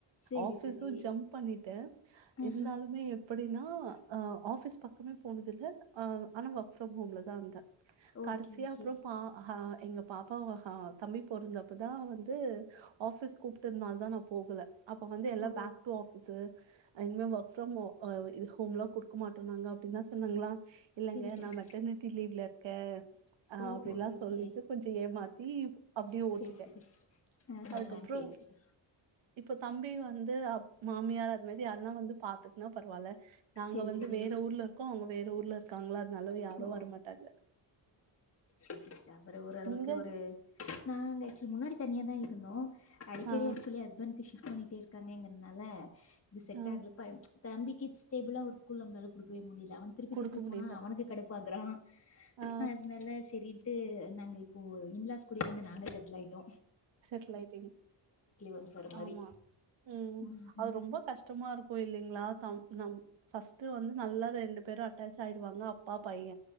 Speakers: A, on the left; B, on the right.
A: சேரி
B: ஆபிசும்
A: சேரி
B: ஜம்ப் பண்ணிட்டேன்
A: ஆஹா
B: இருந்தாலுமே எப்டின்னா ஆ ஆபிஸ் பக்கமே போனது இல்ல ஆனா ஒர்க் ஃப்ரம் ஹோம்ல தான் இருந்தேன் கடைசியா
A: ஓகே ஓகே
B: அப்புறம் பா ஹ எங்க பாப்பா தம்பி பொறந்தப்போதான் வந்து ஆஃபீஸ் கூப்பிட்டுத நால தான் நான் போகல அப்ப வந்து எல்லாம்
A: ஓ
B: பேக் டு ஆபிசு இனிமே ஒர்க் ஃப்ரம் ஹோம் ஆ ஹோம்லா கொடுக்க மாட்டோம் னாங்க அப்டின்னு னா சொன்னாங்களா இல்லங்க
A: சேரி சேரி
B: நான் மெட்டர்னிட்டி லீவ்ல இரு க ஆ
A: ஓ
B: அப்டிலாம்
A: ஓகே ஓகே
B: சொல்லிட்டு கொஞ்சம் ஏமாத்தி அப்டியே ஓட்டிட்டேன்
A: சேரி சேரி ஆஹஹா
B: அதுக்கப்புறம்
A: சேரி சேரி
B: இப் தம்பி வந்து மாமியார் அது மாதிரி யார்னா வந்து பாத்துக்குன்னா பரவாயில்ல நாங்க
A: சேரி
B: வந்து
A: சேரி
B: வேற ஊர்ல இருக்கோம் அவங்க வேற ஊர்ல இருக்காங்களா னால யாரும்
A: ஓ!
B: வரமாட்டாங்க
A: அப்றம் ஓரளவுக்கு
B: நீங்க
A: ஒரு நாங்க ஆக்சுவலி முன்னாடி தனியா தா இருந்தோ அடிக்கடி
B: ஆ
A: ஆக்சுவலி ஹஸ்பண்ட் சிப்ட் பண்ணிட்டே இருக்காங்கன்றதுனால இது செட்
B: ஆ
A: ஆகல பயம் தம்பிக்கி ஸ்டேபிள்லா ஒரு அவங்களால குடுக்க முடியல இல்ல அவன் திருப்பி
B: குடுக்க
A: திருப்பி
B: முடியல
A: போனா அவனுக்கு ப்பாக்கிரா
B: ஆ
A: அதனால செரி ட்டு நாங்க இப்போ இன்லாஸ் கூடயே வந்து நாங்க செட்டுல் ஆய்டோ
B: செட்டுல் ஆய்டிங்
A: ஒன்ஸ் வர மாரி.
B: ஆமா ம்
A: ம்ஹ்ம்.
B: அது ரொம்ப கஷ்டமா இருக்கு இல்லைங்களா தம் ம் பஸ்ட்டு வந்து நல்லா ரெண்டு பேரு அட்டாச் ஆய்டுவாங்க அப் பைய